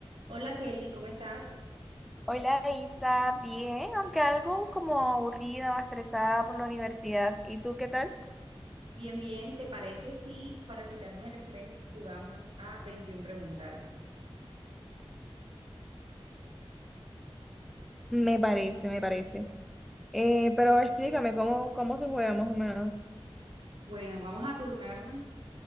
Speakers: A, on the right; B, in the centre.
A: Hola Kelly, ¿cómo estás?
B: Hola Isa, bien, aunque algo como aburrida o estresada por la universidad. ¿Y tú qué tal?
A: Bien, bien. ¿Te parece si para quitarnos el estrés jugamos a 21 preguntas?
B: Me parece, me parece. Eh, pero explícame cómo, cómo se juega más o menos.
A: Bueno, vamos a turnarnos